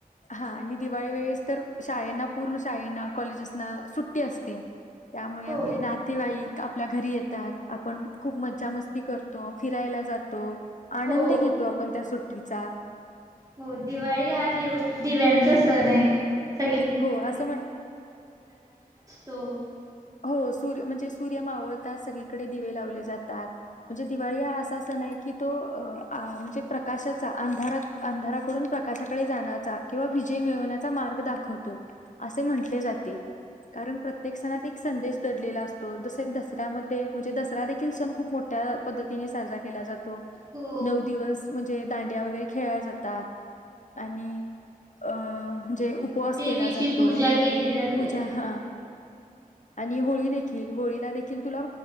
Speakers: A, on the left; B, on the right.
A: हा आणि दिवाळी वेळेस, तर शाळेना पूर्ण शाळेना कॉलेजेसना सुट्टी असते. त्यामुळे
B: हो
A: आपले नातेवाईक-. आपल्या घरी येतात, आपण खूप मज्जा मस्ती करतो फिरायला जातो. आनंदी
B: हो
A: घेतो आपण त्या सुट्ट्या <unintelligible>
B: हो दिवाळी हा दि दिव्यांचा सण आहे. <inaudible>
A: हो असं म्हण
B: हो.
A: हो सूर्य म्हणजे सूर्य मावळतात सगळीकडे दिवे लावले जातात., म्हणजे दिवाळी हा असा सण आहे की तो म्हणजे प्रकाशाचा अंधारात अंधाराकडून प्रकाशाकडे जाण्याचा, किंवा विजय मिळवण्याचा मार्ग दाखवतो असे म्हटले जाते., कारण प्रत्येक सण हे दडलेला असतो जसे दसऱ्यामध्ये म्हणजे दसरा देखील सण खूप मोठ्या पद्धतीने साजरा केला जातो.
B: हो
A: नऊ दिवस जे दांडिया वगैरे खेळल्या जातात आणि अ म्हणजे उपवास
B: देवीची
A: केला जातो
B: पूजा केली जाते
A: पूजा हा. आणि होळी देखील होळीला देखील तुला...